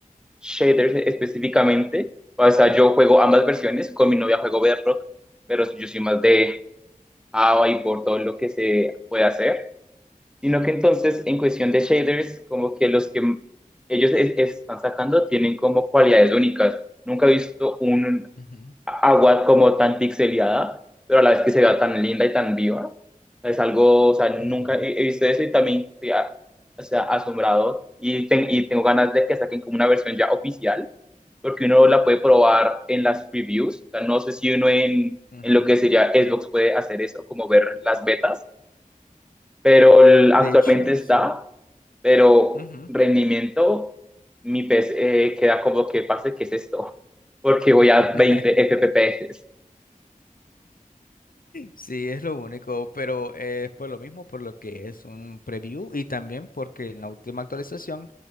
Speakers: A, in the centre; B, on the left.
A: shaders específicamente, o sea, yo juego ambas versiones, con mi novia juego Bedrock, pero yo soy más de AVA y por todo lo que se puede hacer, sino que entonces en cuestión de shaders, como que los que ellos es- están sacando tienen como cualidades únicas. Nunca he visto un,
B: Ujú,
A: agua como tan pixeleada, pero a la vez que se vea tan linda y tan viva. Es algo, o sea, nunca
B: ujú,
A: he, he visto eso y también estoy a- o sea, asombrado y, ten- y tengo ganas de que saquen como una versión ya oficial, porque uno la puede probar en las previews. O sea, no sé si uno en,
B: ujú.
A: en lo que sería Xbox puede hacer eso, como ver las betas, pero el-
B: De
A: actualmente
B: hecho,
A: está,
B: sí.
A: pero
B: Ujú.
A: rendimiento, mi PC eh, queda como que pase, ¿qué es esto? <laughs> Porque voy a
B: <laughs>
A: 20 FPS.
B: Sí, es lo único, pero es por lo mismo, por lo que es un preview y también porque en la última actualización